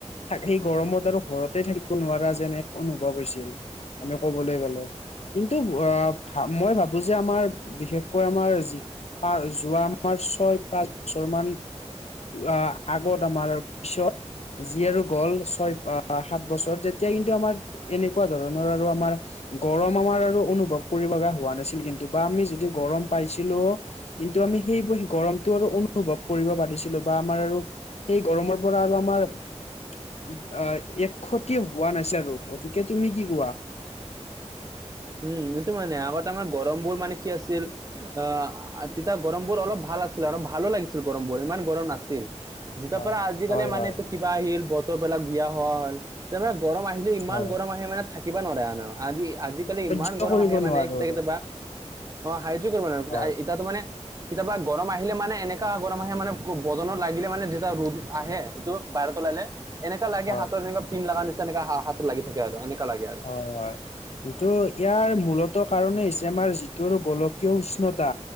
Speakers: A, on the left; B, on the right.
A: থাক এই গৰমত আৰু ঘৰতে থাকিব নোৱাৰা যেন এক অনুভৱ হৈছিল। আমি কবলৈ গলে কিন্তু ভ-অ মই ভাবো যে আমাৰ বিশেষকৈ আমাৰ যি আ যোৱা আমাৰ ছয় পাঁচ বছৰ মান অহ আগত আমাৰ পিছত যি আৰু গ'ল ছয় বা সাত বছৰ তেতিয়া কিন্তু আমাৰ এনেকুৱা ধৰণৰ আৰু আমাৰ গৰম আমাৰ আৰু অনুভৱ কৰিব লগা হোৱা নাছিল কিন্তু, বা আমি যদি গৰম পাইছিলোও কিন্তু আমি সেইবোৰ গৰমটো আৰু অনুভৱ কৰিব পাৰিছিলো বা আমাৰ আৰু সেই গৰমৰ পৰা আৰু আমাৰ অহ এক ক্ষতিও পোৱা নাছিলো। আৰু গতিকে তুমি কি কোৱা?
B: উম এইটো মানে, আগত আমাৰ গৰমবোৰ মানে কি আছিল? অহ তেতিয়া গৰমবোৰ অলপ ভাল আছিল, অলপ ভালো লাগিছিল গৰমবোৰ। ইমান গৰম নাছিল। যেতিয়াৰ
A: হয়
B: পৰা আজিকালি
A: হয়
B: মানে
A: হয়
B: তো কিবা আহিল, বতৰবিলাক বিয়া হোৱা হল। তাৰমানে গৰম আহিলে ইমান
A: হয়
B: গৰম আহে মানে থাকি থাকিবা নোৱাৰা এনো। আজি আজিকালি
A: সহ্য
B: ইমান গৰম
A: কৰিব
B: আহে মানে
A: নোৱাৰো
B: কেতিয়া
A: আৰু
B: কেতিয়াবা। অ হাইয্য কৰিব নোৱাৰা কিতা
A: হয়
B: এতিয়াতো মানে কেতিয়াবা গৰম আহিলে মানে এনেকা গৰম আহে, মানে বদনৰ লাগিলে মানে যেতিয়া ৰ'দ আহে, সেটো বাহিৰত ওলালে এনেকা লাগে
A: হয়
B: হাতত যেনিবা পিন লাগা নিচিনা এনেকা হা হাতত লাগি থাকে আৰু এনেকা লাগে আৰু।
A: হয় হয়। কিন্তু ইয়াৰ মূলত কাৰণেই হৈছে আমাৰ যিটো গোলকীয় উষ্ণতা।